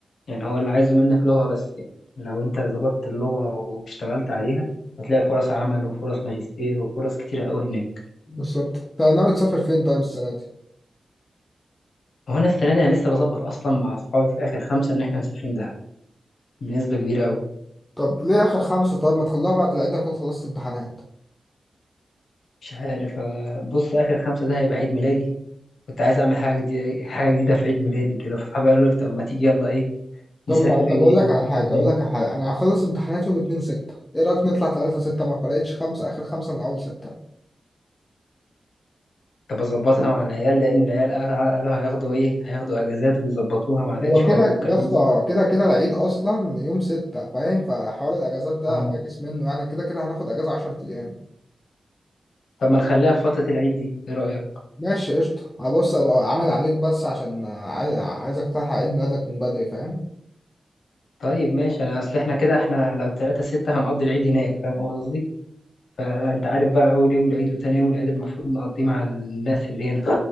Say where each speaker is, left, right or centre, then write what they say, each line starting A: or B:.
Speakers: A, on the left; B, on the left.
A: يعني هو اللي عايزه منك لغة بس يعني لو أنت ظبطت اللغة واشتغلت عليها هتلاقي فرص عمل وفرص ماجستير وفرص كتيرة أوي هناك
B: بالظبط انت ناوي تسافر فين طيب السنه دي
A: وأنا السنة دي أنا لسه بظبط أصلا مع أصحابي في آخر خمسة إن إحنا مسافرين دهب بنسبة كبيرة أوي
B: طب ليه اخر خمسه طب ما تخليها بعد العيد اكون خلصت امتحانات
A: مش عارف آه، بص آخر خمسة ده هيبقى عيد ميلادي كنت عايز أعمل حاجة جديدة حاجة جديدة في عيد ميلادي كده فصحابي قالوا لي طب ما تيجي يلا إيه
B: طب
A: نسافر
B: ما
A: إيه
B: طب اقول لك على
A: نسافر
B: حاجه
A: دهب
B: اقول لك على حاجه انا هخلص امتحانات يوم 2 6 ايه رايك نطلع 3 6 ما فرقتش خمسه اخر خمسه من اول ستة
A: طب أظبطها مع العيال لأن العيال قا- قالوا هياخدوا إيه هياخدوا أجازات ويظبطوها مع الاتش
B: هو كده
A: ار والكلام
B: يا اسطى
A: ده
B: كده كده العيد اصلا يوم ستة فاهم فحوار الاجازات ده
A: آه.
B: فاكس منه يعني كده كده هناخد اجازة 10 ايام
A: طب ما نخليها في فترة العيد دي إيه رأيك؟
B: ماشي قشطة هبص ابقى عامل عليك بس عشان عايز عايزك تلحق عيد ميلادك من بدري فاهم
A: طيب ماشي أنا أصل إحنا كده إحنا لو تلاتة ستة هنقضي العيد هناك فاهم قصدي؟ فأنت عارف بقى أول يوم العيد وتاني يوم العيد المفروض نقضيه مع الناس اللي هنا